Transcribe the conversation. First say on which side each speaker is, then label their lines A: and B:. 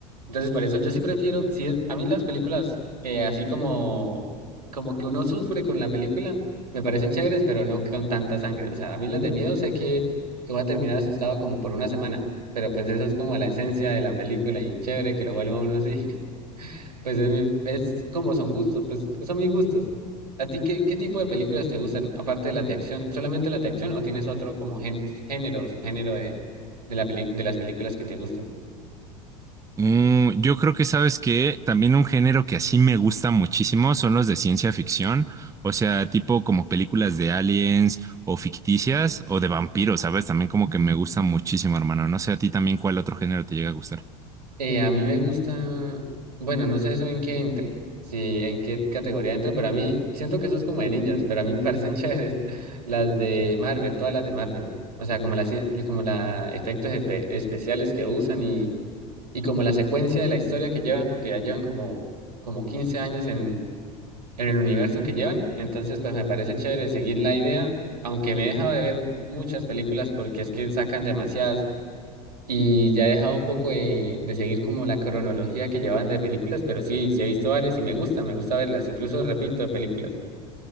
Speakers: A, on the right (about 85°); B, on the right (about 15°).
A: Entonces, por eso yo sí prefiero, si es, a mí las películas, eh, así como, como que uno sufre con la película, me parecen chéveres, pero no con tanta sangre. O sea, a mí las de miedo sé que, que voy a terminar asustado como por una semana, pero pues esa es como la esencia de la película y chévere que lo vuelva uno así. <laughs> Pues es, mi, es como son gustos, pues son mis gustos. ¿A ti qué, qué tipo de películas te gustan, aparte de las de acción? ¿Solamente las de acción o tienes otro como gén- género o subgénero de, de, la peli- de las películas que te gusten?
B: Mm, yo creo que sabes que también un género que así me gusta muchísimo son los de ciencia ficción, o sea, tipo como películas de aliens o ficticias o de vampiros, ¿sabes? También como que me gusta muchísimo, hermano. No sé a ti también cuál otro género te llega a gustar.
A: Eh, a mí me gusta, bueno, no sé eso en qué entre, si en qué categoría entre, pero a mí siento que eso es como de niños, pero a mí me parecen <laughs> chéveres las de Marvel, todas las de Marvel. O sea, como las cien- como la efectos espe- especiales que usan y, y como la secuencia de la historia que llevan, porque ya llevan como, como 15 años en, en el universo que llevan. Entonces, pues me parece chévere seguir la idea, aunque me he dejado de ver muchas películas porque es que sacan demasiadas. Y ya he dejado un poco de, de seguir como la cronología que llevaban de películas, pero sí, sí he visto varias y me gusta, me gusta verlas, incluso repito de películas.